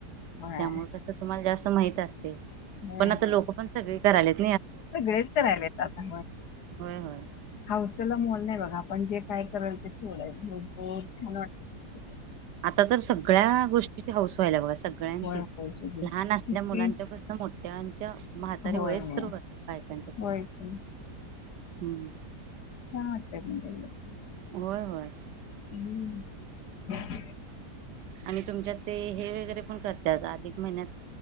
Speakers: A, on the left; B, on the right.
A: होय
B: त्यामुळे कस तुम्हाला जास्त माहित अस
A: हम्म.
B: पण आता लोक पण सगळे <unintelligible>
A: सगळेच तर राहिलेत आता
B: होय होय
A: हौसेला मोल नाही बघ पण जे काय करल ते सोडाय होय होय छान वाटतं सगळं
B: आता तर सगळ्या गोष्टीची हाऊस व्हायला बघा स सगळ्यांची
A: होय होय सगळी
B: लहान असल्या
A: किती
B: मुलांच्यापसनं मो त्यांच्या म्हातारी
A: होय
B: वयस्कर
A: होय
B: बायकांच्यात
A: होय
B: हम्म
A: की <unintelligible>
B: होय होय
A: हम्
B: आणि तुमच्यात ते हे तरी पण करत्यात अधिक महिन्यात